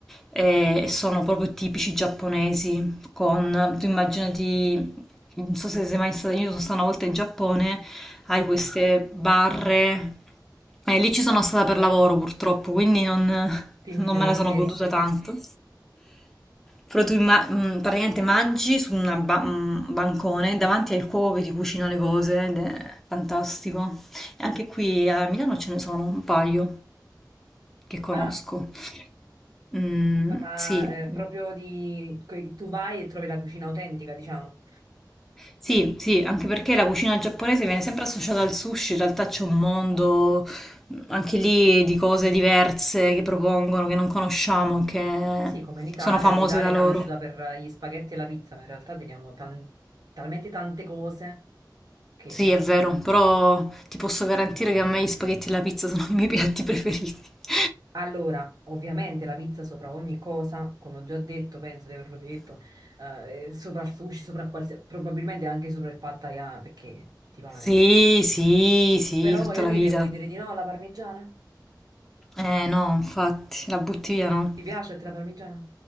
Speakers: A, in the centre; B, on the right.
A: eh, e sono proprio tipici giapponesi, con, tu immaginati non so se sei mai stata, io sono stata una volta in Giappone, hai queste barre, e lì ci sono stata per lavoro purtroppo, quindi non,
B: ti invidio
A: non me
B: lo
A: la
B: stesso.
A: sono goduta tanto. Però tu imma- mm, praticamente mangi su un bancone davanti al cuoco che ti cucina le cose ed è fantastico. E anche qui a Milano ce ne sono un paio che conosco.
B: Ah,
A: Mm,
B: ma
A: sì,
B: eh, proprio di... que- tu vai e trovi la cucina autentica, diciamo.
A: Sì, sì, anche perché la cucina giapponese viene sempre associata al sushi, in realtà c'è un mondo anche lì di cose diverse che propongono, che non conosciamo, che
B: Ah sì, come in Italia,
A: sono famose
B: l'Italia
A: da
B: è
A: loro.
B: conosciuta per gli spaghetti e la pizza, ma in realtà teniamo tan- talmente tante cose che...
A: Sì,
B: eh,
A: è vero, però ti posso garantire che a me gli spaghetti e la pizza sono i miei piatti preferiti. <laughs>
B: Allora, ovviamente la pizza sopra ogni cosa, come ho già detto, penso di averlo detto, eh, eh, sopra il sushi, sopra qualsiasi, probabilmente anche sopra il pad thai, ah, perché ti pare.
A: Sì, sì, sì,
B: Però
A: tutta
B: voglio
A: la
B: dire,
A: vita.
B: vuoi dire di no alla parmigiana?
A: Eh no, infatti, la butti via no.
B: Ti piace a te la parmigiana?